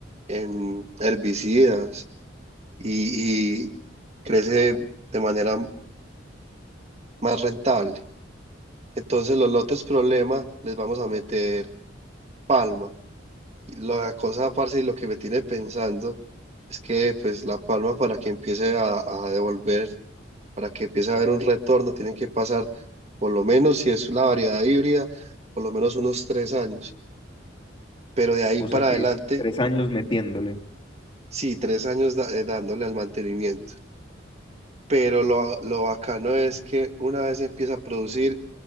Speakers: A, on the right; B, on the left.
A: en herbicidas y, y crece de manera más rentable. Entonces, los lotes problema les vamos a meter palma. Y la cosa, parce, y lo que me tiene pensando es que, pues, la palma para que empiece a, a devolver para que empiece a haber un retorno, tienen que pasar, por lo menos si es la variedad híbrida, por lo menos unos tres años. Pero de ahí
B: o
A: para
B: sea que
A: adelante,
B: tres años metiéndole.
A: sí, tres años da- eh, dándole al mantenimiento. Pero lo, lo bacano es que una vez empieza a producir,